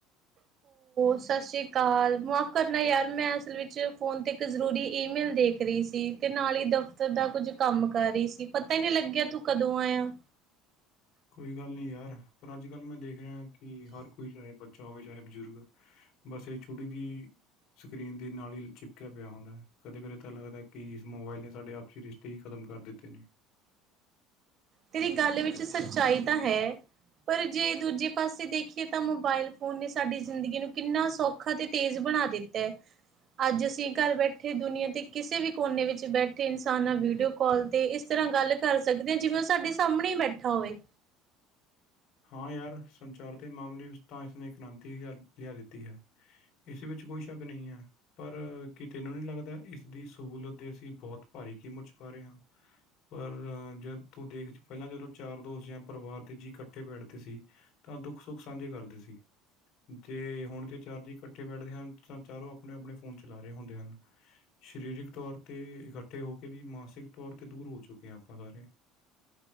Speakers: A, on the right (about 40°); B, on the left (about 55°).
A: ਸਤਿ ਸ਼੍ਰੀ ਅਕਾਲ। ਮਾਫ਼ ਕਰਨਾ ਯਾਰ ਮੈਂ ਅਸਲ ਵਿੱਚ ਫ਼ੋਨ 'ਤੇ ਇੱਕ ਜ਼ਰੂਰੀ ਈਮੇਲ ਦੇਖ ਰਹੀ ਸੀ। ਤੇ ਨਾਲ ਹੀ ਦਫ਼ਤਰ ਦਾ ਕੁੱਝ ਕੰਮ ਕਰ ਰਹੀ ਸੀ। ਪਤਾ ਹੀ ਨਹੀਂ ਲੱਗਿਆ ਤੂੰ ਕਦੋਂ ਆਇਆ।
B: ਕੋਈ ਗੱਲ ਨਹੀਂ ਯਾਰ, ਪਰ ਅੱਜ ਕੱਲ ਮੈਂ ਦੇਖ ਰਿਹਾ ਕਿ ਹਰ ਕੋਈ ਚਾਹੇ ਬੱਚਾ ਹੋਵੇ, ਚਾਹੇ ਬਜ਼ੁਰਗ ਬਸ ਇਹ ਛੁਟੀ ਦੀ ਸਕਰੀਨ ਦੇ ਨਾਲ ਹੀ ਚਿਪਕਿਆ ਪਿਆ ਹੁੰਦਾ ਹੈ। ਕਦੇ -ਕਦੇ ਤਾਂ ਲੱਗਦਾ ਕਿ ਇਸ ਮੋਬਾਇਲ ਨੇ ਸਾਡੇ ਆਪਸੀ ਰਿਸ਼ 'ਤੇ ਹੀ ਖਤਮ ਕਰ ਦਿੱਤੇ ਨੇ।
A: ਤੇਰੀ ਗੱਲ ਵਿੱਚ ਸੱਚਾਈ ਤਾਂ ਹੈ। ਪਰ ਜੇ ਦੂਜੇ ਪਾਸੇ ਦੇਖੀਏ ਤਾਂ ਮੋਬਾਇਲ ਫੋਨ ਨੇ ਸਾਡੀ ਜ਼ਿੰਦਗੀ ਨੂੰ ਕਿੰਨਾ ਸੌਖਾ ਅਤੇ ਤੇਜ਼ ਬਣਾ ਦਿੱਤਾ। ਅੱਜ ਅਸੀਂ ਘਰ ਬੈਠੇ ਦੁਨੀਆਂ ਦੇ ਕਿਸੇ ਵੀ ਕੋਨੇ ਵਿੱਚ ਬੈਠੇ ਇ ਇਨਸਾਨ ਨਾਲ ਵੀਡੀਓ ਕਾਲ ਤੇ ਇਸ ਤਰ੍ਹਾਂ ਗੱਲ ਕਰ ਸਕਦੇ ਹਾ। ਜਿਵੇਂ ਉਹ ਸਾਡੇ ਸਾਹਮਣੇ ਬੈਠਾ ਹੋਵੇ।
B: ਹਾਂ। ਯਾਰ, ਸੰਚਾਰ ਦੇ ਮਾਮਲੇ ਵਿੱਚ ਤਾਂ ਇਸਨੇ ਕ੍ਰਾਂਤੀ ਲਿਆ ਲਿਆ ਦਿੱਤੀ ਹੈ। ਇਸ ਵਿੱਚ ਕੋਈ ਸ਼ੱਕ ਨਹੀਂ ਹੈ। ਪਰ ਕਿਤੇ ਨੂੰ ਨਹੀਂ ਲੱਗਦਾ ਇਸ ਦੀ ਸਹੂਲਤ ਦੇ ਅਸੀਂ ਬਹੁਤ ਭਾਰੀ ਕੀਮਤ ਚੁਕਾ ਰਹੇ ਹਾਂ। ਪਰ ਜਦ ਤੂੰ ਦੇਖ ਪਹਿਲਾਂ ਜਦੋਂ ਚਾਰ ਦੋਸਤ ਜਾਂ ਪਰਿਵਾਰ ਦੇ ਜੀ ਕੱਠੇ ਇਕੱਠੇ ਬੈਠਦੇ ਸੀ। ਤਾਂ ਦੁੱਖ- ਸੁੱਖ ਸਾਂਝੇ ਕਰਦੇ ਸੀ਼। ਜ ਹੁਣ ਜਦ ਚਾਰ ਜੀ ਇਕੱਠੇ ਬੈਠਦੇ ਹਨ। ਤਾਂ ਚਾਰੋਂ ਆਪਣੇ- ਆਪਣੇ ਫੋਨ ਚਲਾ ਰਹੇ ਹੁੰਦੇ ਹਨ਼। ਸਰੀਰਕ ਤੌਰ 'ਤੇ ਇਕੱਠੇ ਹੋ ਕੇ ਵੀ ਮਾਨਸਿਕ ਤੌਰ 'ਤੇ ਦੂਰ ਹੋ ਚੁੱਕੇ ਹਾਂ। ਆਪਾਂ ਸਾਰੇ।